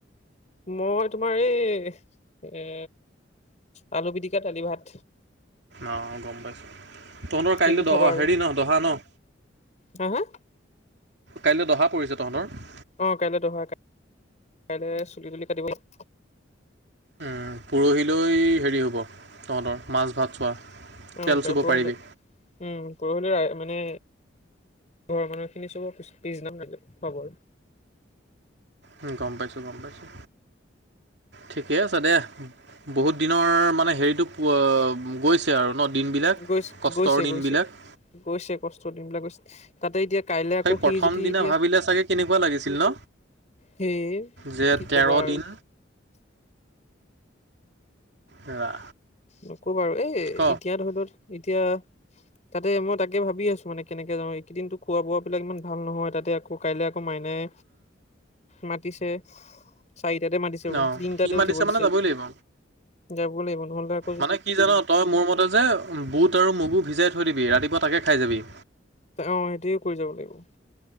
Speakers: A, on the left; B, on the right.
A: মই তোমাৰ এই এ আলু পিটিকা দালি ভাত।
B: অ গম পাইছো, তহঁতৰ
A: কিনো
B: কাইলৈ
A: খাবা
B: দহ
A: আৰু
B: হেৰি ন দহা ন।
A: হা হা?
B: কাইলৈ দহা পৰিছে তহতৰ?
A: অ কাইলৈ দহা, কাইলৈ চুলি তুলি কাটিব লাগিব।
B: উম পৰহিলৈ হেৰি হ'ব তহঁতৰ মাছ ভাত চোৱা।
A: অ
B: তেল
A: কাই
B: চুব
A: পৰহিলৈ,
B: পাৰিবি
A: উম পৰহিলৈ এ মানে ঘৰৰ মানুহখিনি চব পিছ পিছদিনা হ'ব আৰু
B: উম গম পাইছো গম পাইছো। ঠিকে আছে দে বহুত দিনৰ মানে হেৰিটো পোৱা গৈ ছে আৰু ন দিনবিলাক,
A: গৈছে
B: কষ্টৰ
A: গৈছে
B: দিনবিলাক।
A: গৈছে গৈছে কষ্ট দিন বিলাক গৈছে। তাতে এতিয়া কাইলে আকৌ
B: সেই প্ৰথম
A: সি যদি
B: দিনা
A: এতিয়া
B: ভাবিলে চাগে কেনেকুৱা লাগিছিল ন
A: হেই
B: যে
A: কি
B: তেৰ
A: কবা আৰু
B: দিন ৰা
A: নকবা আৰু এই এতিয়া
B: ক
A: ধৰি ল এতিয়া তাতে মই তাকে ভাবি আছো মানে কেনেকে যাওঁ এইকেইদিনটো খোৱা বোৱাবিলাক ইমান ভাল নহয় তাতে আকৌ কাইলৈ আকৌ মাইনাই মাতিছে। চাৰিটাতে মাতিছে,
B: অ
A: তিনটাতে
B: সি মাতিছে
A: উঠিব
B: মানে
A: দিছে
B: যাবই লাগিব
A: যাব লাগিব নহ'লে তাত।
B: মানে কি জান তই মোৰ মতে যে বুট আৰু মগু ভিজাই থৈ দিবি ৰাতিপুৱা তাকে খাই যাবি।
A: অ সেইটোৱে কৰি যাব লাগিব।